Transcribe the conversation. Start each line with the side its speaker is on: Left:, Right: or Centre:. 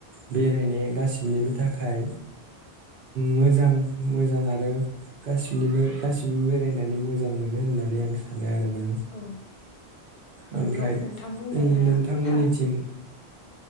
Right: बेरायनाया गासिनिबो थाखाय मोजां मोजां आरो गासिनिबो गासिबो बेरायनानै मोजां मोनो होननानै आं सानो आरो मा बे
Left: औ
Right: ओमफ्राय
Left: नंगौ नोंथां बुंनाया
Right: ओ नोंथांमोननिथिं
Left: थार